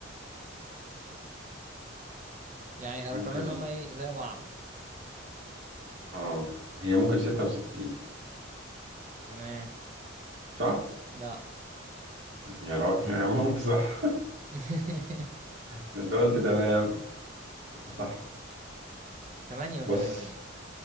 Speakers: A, on the right; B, on the right.
A: يعني رقمين
B: ممكن
A: اللي هما ايه زي بعض
B: اه هي ممكن 66
A: تمام
B: صح؟
A: لا
B: يا راجل يا عم قلت صح
A: <laughs>
B: <laughs> انت قلت تمام يبقى صح
A: تمانية وتمانين
B: بص